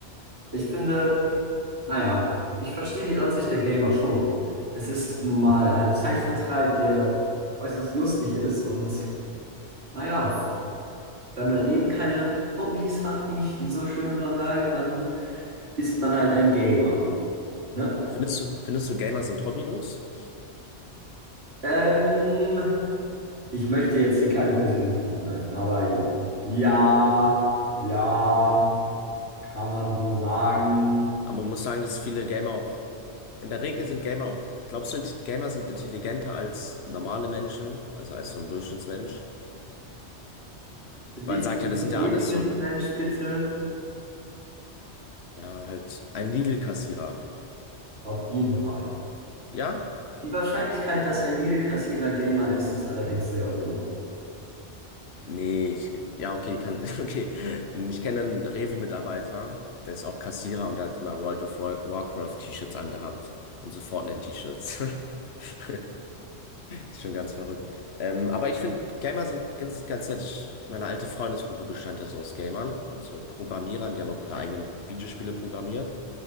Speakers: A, on the right; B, on the left.
A: ich finde, naja, ich verstehe die Ansicht der Gamer schon. Es ist nun mal ein Zeitvertreib, der äußerst lustig ist. Und naja, wenn man eben keine Hobbys hat, wie ich so schön immer sage, dann ist man halt ein Gamer. Ne?
B: Findest du, findest du, Gamer sind hobbylos?
A: Ähm, Ich möchte jetzt hier keinen persönlich angreifen, aber ja, ja, kann man so sagen.
B: Aber man muss sagen, dass viele Gamer auch, in der Regel sind Gamer auch, glaubst du, int- Gamer sind intelligenter als normale Menschen, also als so ein Durchschnittsmensch?
A: Definiere
B: Man sagt ja, das sind
A: Durchschnittsmensch
B: ja alles so ein,
A: bitte.
B: ja, halt ein Lidl-Kassierer.
A: Auf jeden Fall.
B: Ja?
A: Die Wahrscheinlichkeit, dass ein Lidl-Kassierer Gamer ist, ist allerdings sehr hoch.
B: Nee, ich, ja, okay, kann, <laughs> okay. Ich kenne einen Rewe-Mitarbeiter, der ist auch Kassierer und der hat immer World of War- Warcraft-T-Shirts angehabt und so Fortnite-T-Shirts. <laughs> Ist schon ganz verrückt. Ähm, aber ich finde, Gamer sind, sind ganz nett. Ich, meine alte Freundesgruppe bestand ja so aus Gamern und so Programmierern, die haben auch ihre eigenen Videospiele programmiert.